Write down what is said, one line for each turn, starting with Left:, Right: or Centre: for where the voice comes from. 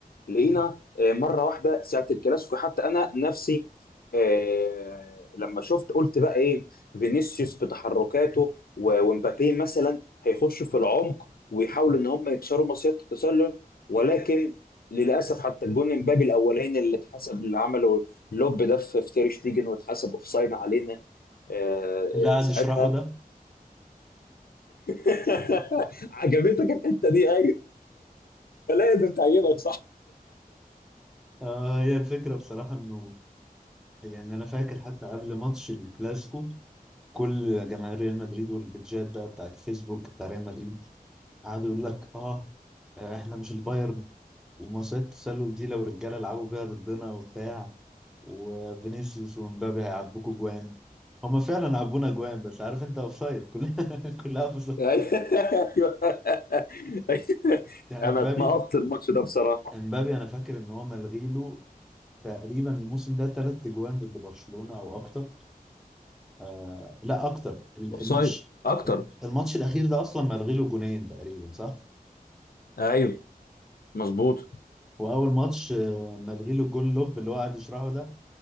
Left: لقينا آه، مره واحده ساعه الكلاسيكو حتى انا نفسي آه، لما شفت قلت بقى ايه فينيسيوس بتحركاته و- ومبابي مثلا هيخشوا في العمق ويحاولوا ان هم يكسروا مصيده التسلل ولكن للاسف حتى الجون امبابي الاولاني اللي اتحسب اللي عمله لوب ده في في تير شتيجن واتحسب اوفسايد علينا آه،
Centre: اللي قاعد
Left: آه، ساعتها
Centre: يشرحه ده
Left: <laughs> عجبتك الحته دي ايوه فلازم تعجبك
Centre: آه هي الفكرة بصراحة إنه يعني أنا فاكر حتى قبل ماتش الكلاسيكو كل جماهير ريال مدريد والبيتجات بقى بتاعت فيسبوك بتاع ريال مدريد قعدوا يقول لك آه آه، إحنا مش البايرن ومصيدة التسلل دي لو رجالة لعبوا بيها ضدنا وبتاع وفينيسيوس ومبابي هيعبوكوا جوان هما فعلا عبونا جوان بس عارف انت اوفسايد كلها <laughs> كلها اوفسايد
Left: ايوه <laughs>
Centre: يعني
Left: انا
Centre: مبابي
Left: اتنقطت الماتش ده بصراحه
Centre: مبابي انا فاكر ان هو ملغي له تقريبا الموسم ده ثلاث اجوان ضد برشلونة او اكتر آه لا اكتر ال-
Left: اوفسايد
Centre: الماتش
Left: اكتر
Centre: الماتش الاخير ده اصلا ملغي له جونين تقريبا صح
Left: ايوه مظبوط
Centre: واول ماتش آه، ملغي له الجون لوب اللي هو قاعد يشرحه ده